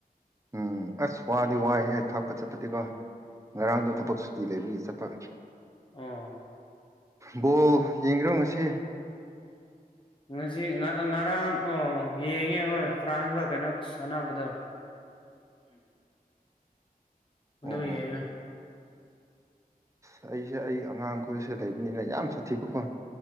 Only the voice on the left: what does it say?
ꯑ
ꯉꯁꯤ ꯉꯔꯥꯡ ꯑꯣ ꯌꯦꯡꯉꯦ ꯍꯣꯏ ꯐ꯭ꯔꯥꯟꯁꯀ ꯀꯩꯅꯣ ꯁꯥꯟꯅꯕꯗ ꯑꯗꯨꯗ
ꯌꯦꯡꯉꯦ